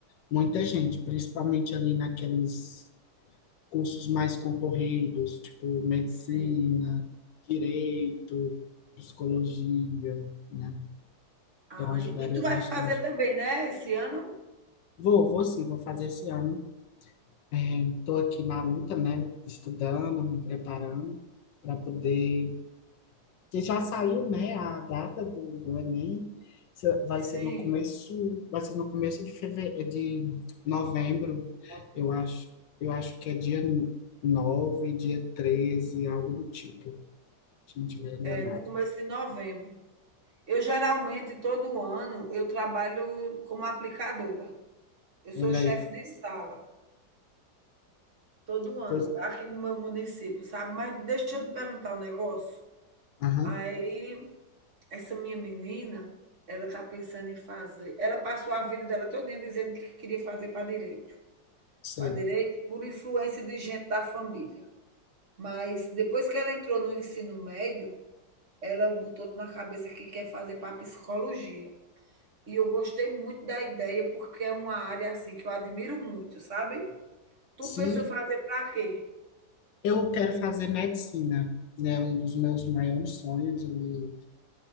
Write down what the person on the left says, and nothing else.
muita gente, principalmente ali naqueles cursos mais concorridos, tipo medicina,
direito, psicologia, né? Então
ajudaria
bastante.
Vou, vou sim, vou fazer esse ano. Estou aqui na luta, né? Estudando, me preparando para poder. Que já saiu, né? A data do, do Enem Se- vai
ser no começo, vai ser no começo de fevereiro, de novembro,
eu acho. Eu acho que é dia nove dia treze algo do tipo, se não estiver enganado.
Olha
aí,
que
coisa.
Aham,
sei.
Sim,
eu quero fazer medicina, né? Um dos meus maiores sonhos ali,